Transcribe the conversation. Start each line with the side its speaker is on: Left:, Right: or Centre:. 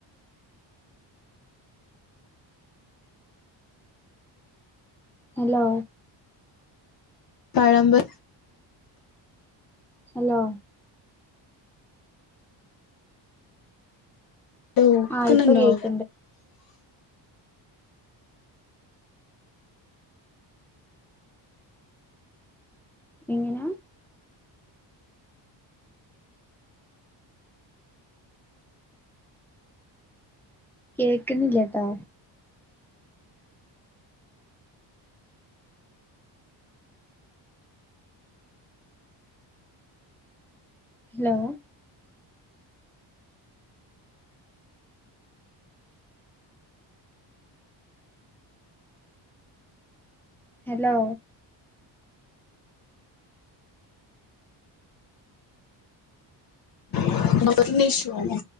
Centre: ഹലോ!
Left: പഴമ്പൊ
Centre: ഹലോ!
Left: കേക്കുന്നുണ്ടോ
Centre: ആ ഇപ്പൊ കേൾക്ക്ണ്ട്. ഇങ്ങനെ കേക്കുന്നില്ലട്ടോ. ഹലോ! ഹലോ!
Left: <unintelligible> ഇഷ്യുവാണ്